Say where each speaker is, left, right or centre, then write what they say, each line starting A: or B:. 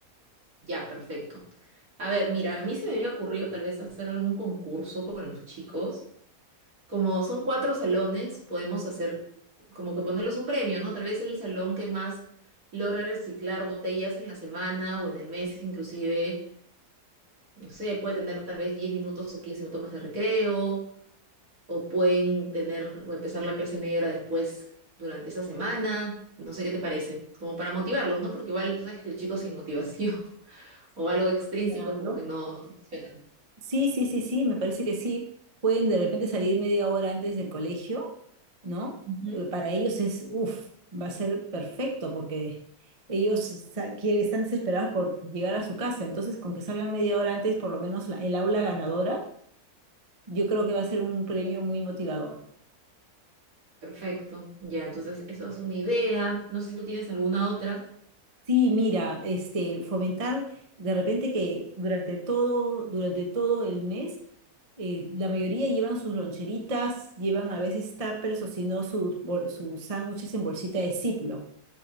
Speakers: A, on the right; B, on the right.
A: Ya, perfecto. A ver, mira, a mí se me había ocurrido tal vez hacer algún concurso con los chicos Como son cuatro salones, podemos hacer como que ponerlos un premio, ¿no? Tal vez el salón que más logra reciclar botellas en la semana o en el mes, inclusive, no sé, puede tener tal vez 10 minutos o 15 minutos más de recreo, o pueden tener o empezar la clase media hora después durante esa semana. No sé qué te parece, como para motivarlos, ¿no? Porque igual tú sabes que el chico sin motivación <laughs> o algo extrínseco
B: Claro.
A: como que no, no funcionan.
B: Sí, sí, sí, sí, me parece que sí. Pueden de repente salir media hora antes del colegio, ¿no?
A: Ujú.
B: Eh, Para ellos es, uff, va a ser perfecto porque ellos sa- quiere- están desesperados por llegar a su casa. Entonces, con que salgan media hora antes, por lo menos la- el aula ganadora, yo creo que va a ser un premio muy motivador.
A: Perfecto. Ya, entonces eso es una idea. No sé si tú tienes alguna otra.
B: Sí, mira, este, fomentar de repente que durante todo, durante todo el mes, eh, la mayoría llevan sus loncheritas, llevan a veces tuppers o si no sus, bol- sus sándwiches en bolsita de Ziploc,